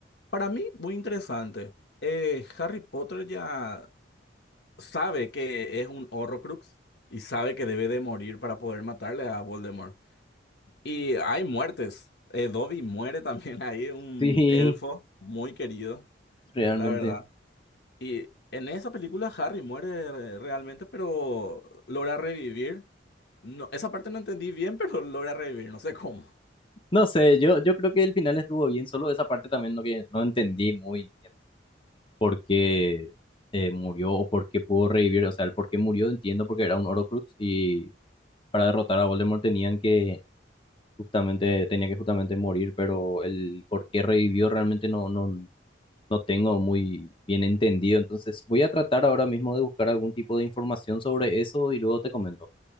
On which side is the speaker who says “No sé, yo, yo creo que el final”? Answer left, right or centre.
Left